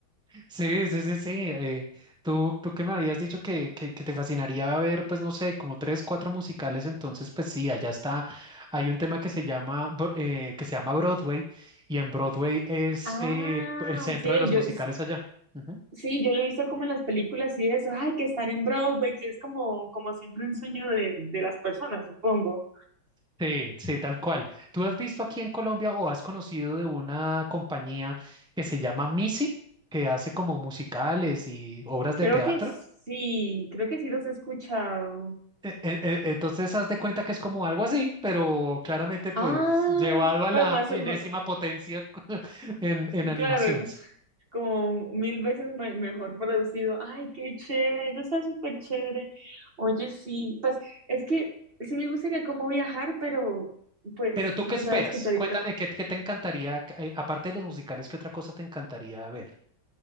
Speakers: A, in the centre; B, on the right.
A: Sí, sí, sí, sí. eh, tú, tú que me habías dicho que, que, que te fascinaría ver, pues no sé, como tres, cuatro musicales, entonces pues sí, allá está. Hay un tema que se llama, Bro- eh, que se llama Broadway y en Broadway es
B: Ah,
A: eh, el centro
B: ok,
A: de los
B: yo,
A: musicales allá. Ujú.
B: Sí, yo lo he visto como en las películas y eso, ay, que estar en Broadway, que es como, como siempre un sueño de, de las personas, supongo.
A: Sí, sí, tal cual. ¿Tú has visto aquí en Colombia o has conocido de una compañía que se llama Missy, que hace como musicales y obras de
B: Creo
A: teatro?
B: que sí, creo que sí los he escuchado.
A: E- e- e- Entonces, haz de cuenta que es como algo así, pero claramente, pues,
B: Ah,
A: llevado a
B: pero
A: la
B: más,
A: enésima
B: ma-
A: potencia <laughs> en, en animaciones.
B: claro, como mil veces me- mejor producido. Ay, qué chévere, eso está súper chévere. Oye, sí, pues es que sí me gustaría como viajar, pero pues
A: Pero tú, ¿qué
B: tú
A: esperas?
B: sabes que ahorita,
A: Cuéntame, ¿qué, qué te encantaría, eh, aparte de los musicales, qué otra cosa te encantaría ver?